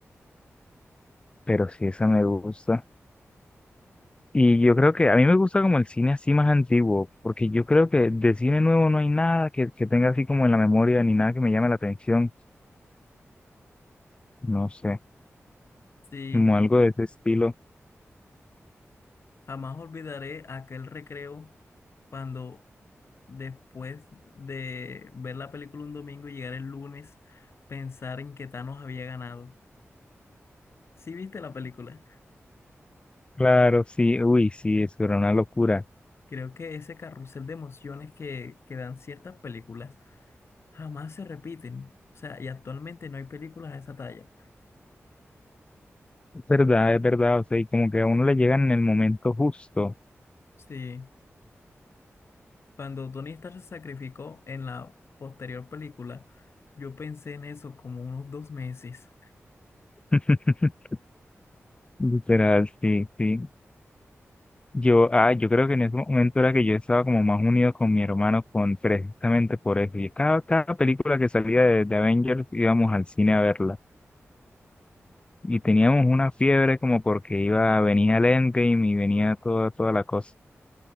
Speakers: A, on the left (about 20°); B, on the left (about 60°).
A: Pero sí, esa me gusta. Y yo creo que a mí me gusta como el cine así más antiguo, porque yo creo que de cine nuevo no hay nada que, que tenga así como en la memoria, ni nada que me llame la atención. No sé,
B: Sí,
A: como algo de ese estilo.
B: jamás olvidaré aquel recreo cuando después de ver la película un domingo y llegar el lunes, pensar en que Thanos había ganado. ¿Sí viste la película?
A: Claro, sí, uy, sí, eso era una locura.
B: Creo que ese carrusel de emociones que, que dan ciertas películas jamás se repiten. O sea, y actualmente no hay películas de esa talla.
A: Es verdad, es verdad, o sea, y como que a uno le llegan en el momento justo.
B: Sí, cuando Tony Stark se sacrificó en la posterior película, yo pensé en eso como unos dos meses.
A: <laughs> Literal, sí, sí. Yo, ah, yo creo que en ese momento era que yo estaba como más unido con mi hermano con precisamente por eso. Y cada, cada película que salía de, de Avengers íbamos al cine a verla. Y teníamos una fiebre como porque iba, venía el Endgame y venía toda, toda la cosa.